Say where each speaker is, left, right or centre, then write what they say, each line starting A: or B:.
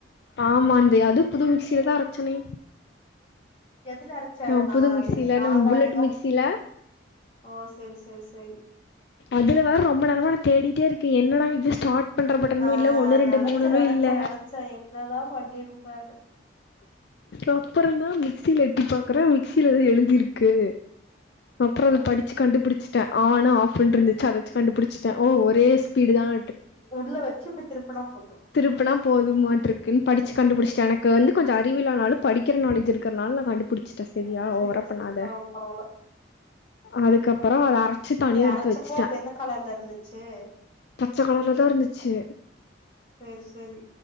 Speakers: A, on the left; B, on the left.
A: ஆமா அந்த அது புது மிக்சிலதா அரைச்சனே
B: எதுல அரச்ச
A: நம்
B: நா
A: புது மிக்சில
B: சாதாலியா
A: நம் புல்லட் மிக்சில
B: ஓ சேரி சேரி சேரி
A: அதுல வேற ரொம்ப நேரமா நா தேடி ட்டே இருக்கு என்னடா இது ஸ்டாட் பண்றப்பட்டனு
B: ஆ
A: இல்ல ஒண்ணும் ரெண்டு
B: நெனச்ச
A: மூணு
B: நெனச்ச
A: இல்ல
B: நெனச்ச என்னதா பண்ணிருப்பேன்னு
A: அப்பற தா சிலட்டிப்பா அப்புற மிக்சில எழுதிருக்கு அப்புற
B: ஆ
A: அத படிச்சு கண்டுபுடிச்சு ட்ட ஆன்னு ஆஃப்ன்ட்டு இருந்துச்சு அத வச்சி கண்டுபுடிச்சட்டே ஓ ஒரே ஸ்பீடுதான்
B: உள்ள வச்சு இப்டி திருப்பனா போ
A: திருப்புனா போதுமாட்ட இருக்குன் படிச்சு கண்டுபுடிச்சுட்டே. எனக்கு வந்து கொஞ்ச அறிவு இல்லனாலு படிக்கிற நாலேஜ் இருக்கறனால நா கண்டுபுடிச் சுட்டே செரியா
B: சேரி
A: ஓவரா
B: சேரி
A: பண்ணாத.
B: பரவால்ல பரவால்ல
A: அதுக்கப்புறோ அத அரச்சு தனியா
B: நீ அரச்சப்போ
A: எடுத்து வச்சுட்டே.
B: அது என்ன கலர்ல இருந்துச்சு
A: பச்ச கலர்லதா இருந்துச்சு.
B: சேரி சேரி